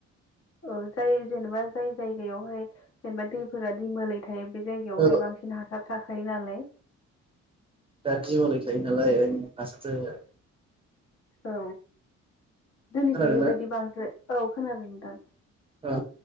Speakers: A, on the left (about 55°); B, on the right (about 20°).
A: औ जाय जेनेबा जाय जायगायावहाय जेनेबा दैफोरा दिमोलाय बे जायगायावहाय
B: औ
A: बांसिन हासार थाखायो नालाय
B: दा दिमोलै थायो नालाय ए हायनो हासार जायो आरो।
A: औ जोंथिं
B: खोनादोंना
A: बेबायदि बांद्राय औ खोनादों नोंथां।
B: औ